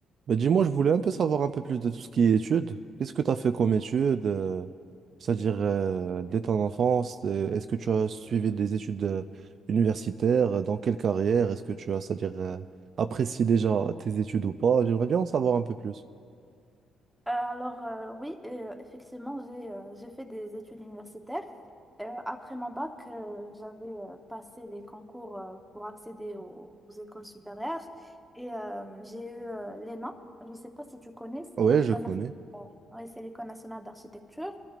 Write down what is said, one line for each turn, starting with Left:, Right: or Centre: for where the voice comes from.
Right: Bah, dis-moi, je voulais un peu savoir un peu plus de tout ce qui est études. Qu'est-ce que tu as fait comme études? euh, c'est-à-dire, euh, dès ton enfance, euh, est-ce que tu as suivi des études euh, universitaires? Euh, Dans quelle carrière? Est-ce que tu as, c'est-à-dire, euh, apprécié déjà tes études ou pas? J'aimerais bien en savoir un peu plus.
Centre: Euh, Alors euh, oui, euh, effectivement, j'ai euh, j'ai fait des études universitaires. Euh, après mon bac, euh, j'avais euh, passé les concours euh, pour accéder aux, aux écoles supérieures et euh, j'ai eu euh, l'ENA. Je ne sais pas si tu connais, c'est
Right: Ah Ouais,
Centre: l'École
Right: je connais.
Centre: nationale, oui, c'est l'École nationale d'architecture.